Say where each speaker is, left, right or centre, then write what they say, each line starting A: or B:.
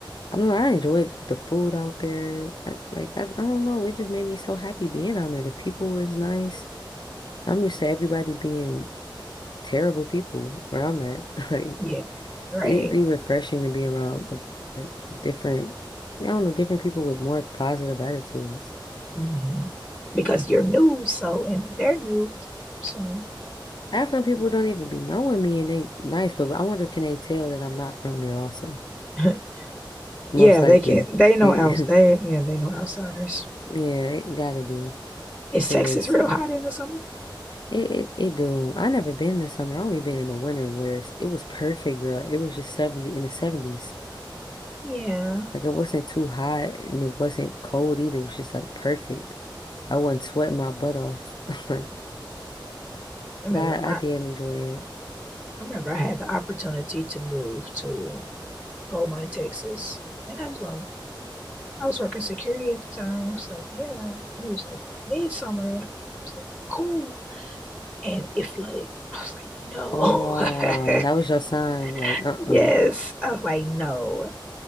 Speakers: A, on the left (about 60°); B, on the left (about 20°).
A: I don't know, I enjoyed the food out there. I, like I, I don't know, it just made me so happy being down there. The people was nice. I'm used to everybody being terrible people where I'm at. <laughs> Like
B: yeah, right.
A: it'd be refreshing to be around like like, different, I don't know, different people with more positive attitudes.
B: hmm Because you're new, so and they're new, so
A: Half of the people don't even be knowing me and they nice, but I wonder can they tell that I'm not from there also?
B: <laughs>
A: Most
B: yeah,
A: likely.
B: they can. They know
A: <laughs>
B: outs. They yeah, they know outsiders.
A: Yeah, it gotta be.
B: Is
A: Cause
B: Texas real hot in the summer?
A: It, it it do. I never been in the summer. I only been in the winter where it's, it was perfect, girl. It was just 70 in the 70s.
B: Yeah,
A: Like it wasn't too hot and it wasn't cold either. It was just like perfect. I wasn't sweating my butt off. <laughs>
B: I remember.
A: But I,
B: I,
A: I did
B: I
A: enjoy it.
B: remember I had the opportunity to move to Beaumont, Texas, and I was going. I was working security at the time. I was like, yeah, and it was like midsummer. It's like cool. and it flooded. I was like, no.
A: Oh, that was your sign. Like,
B: <laughs>
A: uh-uh.
B: yes. I was like, no.